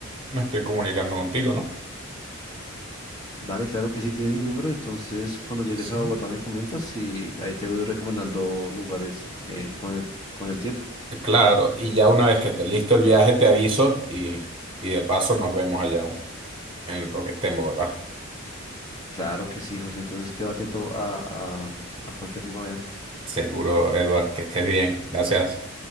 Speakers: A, on the right; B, on the left.
A: me estoy comunicando contigo, ¿no?
B: Dale, claro que sí, tienes mi número. Entonces, cuando llegues
A: Sí.
B: a Bogotá me comentas y ahí te voy recomendando lugares eh, con el, con el tiempo.
A: Claro, y ya una vez que esté listo el viaje, te aviso y, y de paso nos vemos allá en lo que esté en Bogotá.
B: Claro que sí, José. Entonces, quedo atento a, a a cualquier novedad.
A: Seguro, Edward, que estés bien. Gracias.